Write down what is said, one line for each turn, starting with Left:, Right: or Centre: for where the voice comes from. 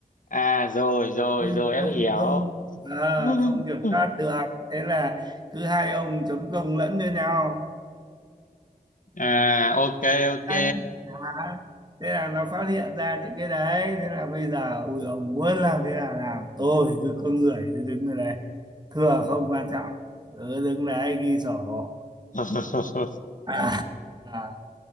Left: à rồi rồi
Right: không
Left: rồi em
Right: không
Left: hiểu
Right: không à,
Left: <laughs>
Right: không kiểm soát được thế là cứ hai ông chấm công lẫn cho nhau
Left: à ok ok
Right: đấy. Đó. thế là nó phát hiện ra những cái đấy thế là bây giờ ui ông muốn làm thế là làm tôi cứ con người cứ đứng ở đây thừa không quan trọng cứ đứng đấy ghi sổ
Left: <laughs>
Right: à, à.